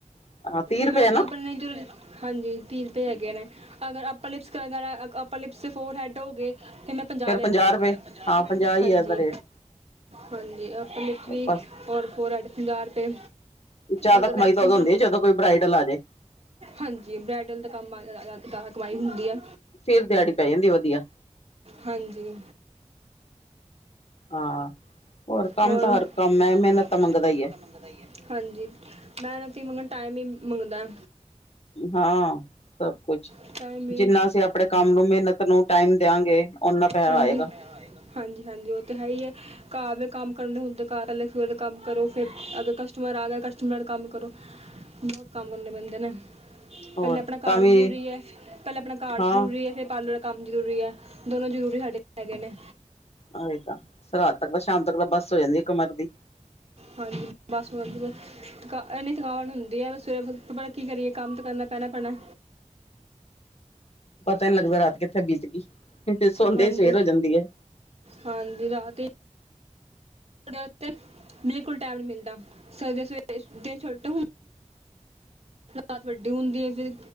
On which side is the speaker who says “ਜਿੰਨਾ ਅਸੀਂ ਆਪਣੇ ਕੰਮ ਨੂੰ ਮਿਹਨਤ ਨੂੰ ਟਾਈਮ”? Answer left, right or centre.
Left